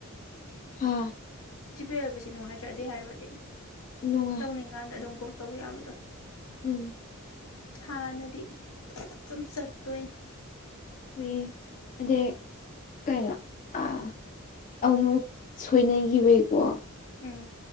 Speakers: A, on the left; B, on the left.
A: ꯎꯝ
B: ꯖꯤꯄꯦ ꯑꯣꯏꯕꯁꯤ ꯅꯨꯡꯉꯥꯏꯇ꯭ꯔꯗꯤ ꯍꯥꯏꯔꯨꯔꯗꯤ
A: ꯅꯨꯡꯉꯥꯏ
B: ꯇꯧꯅꯤꯡꯀꯥꯟꯗ ꯑꯗꯨꯝ ꯀꯣꯛ ꯇꯧꯕ ꯌꯥꯕꯗꯣ
A: ꯎꯝ
B: ꯍꯥꯟꯅꯗꯤ ꯁꯨꯝ ꯆꯠꯇꯣꯏꯅꯤ
A: ꯃꯤ ꯑ ꯀꯩꯅꯩꯅ ꯑ ꯑꯃꯨꯛ ꯁꯣꯏꯅꯈꯤꯕꯩꯀꯣ
B: ꯎꯝ